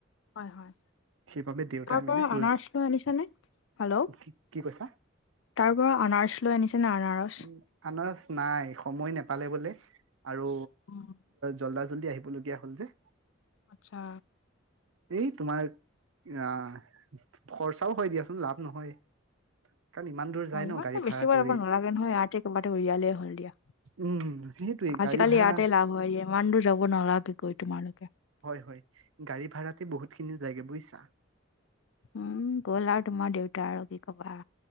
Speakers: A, on the left; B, on the right.
A: হয় হয়
B: সেইবাবে দেউতাই
A: তাৰপৰা
B: মানে লৈ
A: আনাৰছটো আনিছানে হেল্ল'
B: কি কি কৈছা?
A: তাৰ পৰা আনাৰচ লৈ আনিছে নাই আনাৰচ
B: উম, আনাৰস নাই সময় নাপালে বোলে আৰু
A: অ',
B: জল্দা জল্দি আহিবলগীয়া হ'ল যে
A: আটচ্ছা
B: এই তোমাৰ আহ খৰচাও হয় দিয়াচোন লাভ নহয় কাৰণ ইমান দূৰ যায়
A: অ ইমানতো
B: ন গাড়ী
A: বেছিব
B: ভাড়া কৰি
A: যাব নালাগে নহয় আৰ্থিক কিবা এটা উলিয়ালেই হ'ল দিয়া
B: উম সেইটোৱেই
A: আজিকালি
B: গাড়ী ভাড়া
A: ইয়াতে লাভ হয় দিয়া ইমান দূৰ যাব নালাগে গৈ তোমালোকে
B: হয় হয় গাড়ী ভাড়াতে বহুত খিনি যায়গে বুজিইছা
A: উম গ'ল আৰু তোমাৰ দেউতা আৰু কি ক'বা